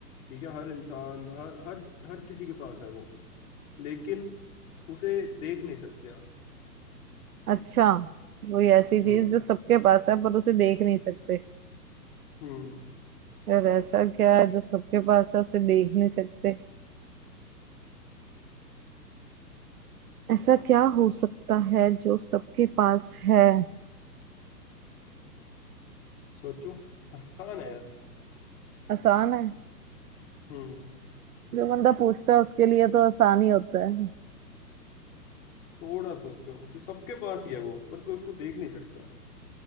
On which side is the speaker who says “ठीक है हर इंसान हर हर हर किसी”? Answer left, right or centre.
Left